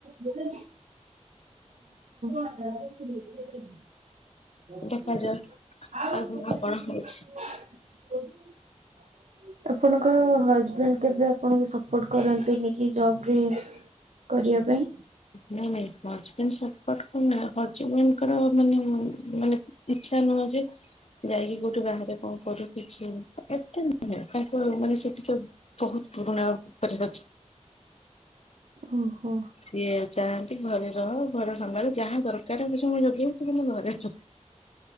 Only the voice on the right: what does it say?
ହୋ। <inaudible>
ଆପଣଙ୍କ ହଜବେ ଣ୍ଡ କେବେ ଆପଣଙ୍କୁ ସପୋର୍ଟ କରନ୍ତିନି କି ଜବ ରେ କରିବା ପାଇଁ?
ଓହୋ